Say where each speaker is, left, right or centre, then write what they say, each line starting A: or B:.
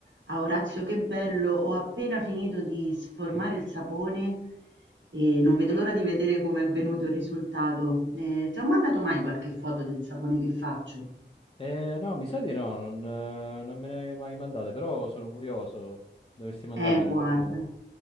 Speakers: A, on the right (about 85°); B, on the left (about 30°).
A: A Orazio che bello, ho appena finito di sformare
B: Sì.
A: il sapone e non vedo l'ora di vedere com'è venuto il risultato. Eh, ti ho mandato mai qualche foto del sapone che faccio?
B: Eh, no, mi sa di no, non, eh, non me ne avevi mai mandate, però sono curioso. Dovresti mandarmela
A: Eh, guarda,
B: qualcuno.